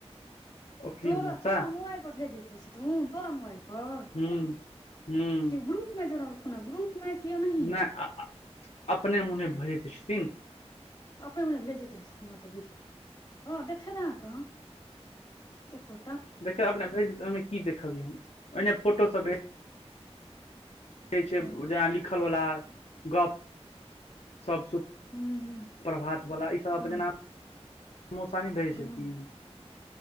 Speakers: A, on the left; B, on the left.
A: छै ओकील
B: तोरा
A: मौसा
B: तोरा मोबाइल पर भेजते छथुन तोरा मोबाइल पर
A: हूं हूं
B: त ग्रुपमे जोड़लखुन ग्रुपमे की ओनहिए
A: नहि अपने मुने भऽ जाय छथिन
B: अपने मुने भेजैत रहै छथि मसभ बुझि हँ देखय लए कहाँ एको
A: देखय अपना भेज ओहिमे की देखबयै हम ओहिने फोटोसब भेज कहै छै
B: ओ
A: जेना लिखलवला गप्प सब सुख
B: हूँ हूँ
A: प्रभात वला इ सभ
B: हँ
A: जेना मौसा नहि दै
B: हँ
A: छलखिन